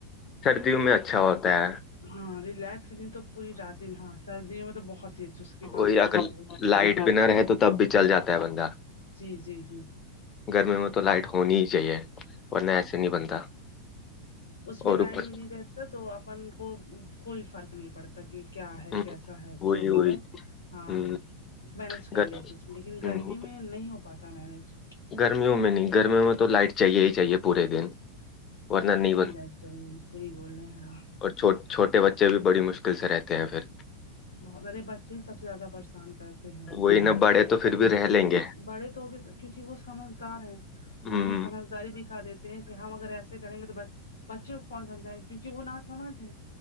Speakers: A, on the left; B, on the left.
A: سردیوں میں اچھا ہوتا ہے
B: ہاں ریلیکس نہیں تو پور رات میں ہاں سردیوں میں تو بہت ہی اچھی اس کی
A: وہی
B: بات ہی
A: اگر
B: چ
A: لائٹ بھی نہ رہے تو تب بھی چل جاتا ہے بندہ
B: جی جی جی
A: گرمی میں تو لائٹ ہونی ہی چاہیے ورنہ ایسے نہیں
B: ہاں
A: بنتا
B: اس میں
A: اور
B: لائٹ
A: اوپر
B: بھی نہیں رہتا تو اپن کو کوئی فرق نہیں پڑتا کہ کیا ہے
A: ہوں،
B: کیس ہے
A: وہی
B: جو
A: وہی
B: بھی ہے ہاں
A: ہوں،
B: مینج کر
A: گر-
B: لیتے لیکن گرمی
A: ہوں،
B: میں نہیں ہو پاتا مینج
A: گرمیوں میں نہیں گرمیوں میں تو لائٹ چاہیے ہی چاہیے پورے دن
B: پورے
A: ورنہ نہیں
B: دن ہی لائٹ چاہیے صحیح بول رہے ہیں آپ
A: اورچھو چھوٹے بچے بھی بڑی مشکل سے رہتے ہیں پھر
B: بہت ارے بچے سب سے زیادہ پریشان کرتے ہیں
A: وہی نہ بڑے تو پھر بھی رہ لیں گے
B: بڑے تو ہوگئے کیونکہ وہ سمجھدار ہیں وہ
A: ہوں
B: اپنی سمجھداری دکھا دیتے ہیں کہ ہم اگر ایسے کریں گے تو بس بچے کو کون سمجھائے کیونکہ وہ نہ سمجھ ہے